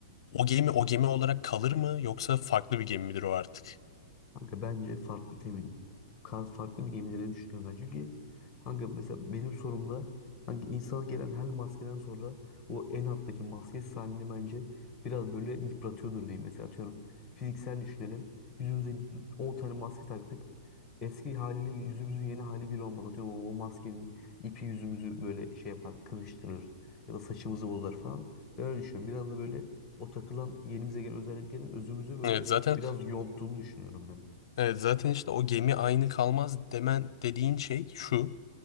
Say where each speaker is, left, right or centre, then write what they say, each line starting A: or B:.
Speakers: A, on the left; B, on the left.
A: O gemi o gemi olarak kalır mı yoksa farklı bir gemi midir o artık?
B: Kanka bence farklı temin. Kar farklı bir gemileri düşünüyorum ben. Çünkü kanka mesela benim sorumda hangi insana gelen her maskeden sonra o en alttaki maske halini bence biraz böyle yıpratıyordur diyeyim. Mesela atıyorum fiziksel düşünelim. Yüzümüze 10 tane maske taktık. Eski haliyle yüzümüzün yeni hali bir olmaz. Atıyorum o o maskenin ipi yüzümüzü böyle şey yapar, kırıştırır ya da saçımızı bozar falan. Ben öyle düşünüyorum. Biraz da böyle o takılan yenimize gelen özelliklerin özümüzü böyle
A: Evet zaten
B: biraz yonttuğunu düşünüyorum ben.
A: Evet, zaten işte o gemi aynı kalmaz demen dediğin şey şu.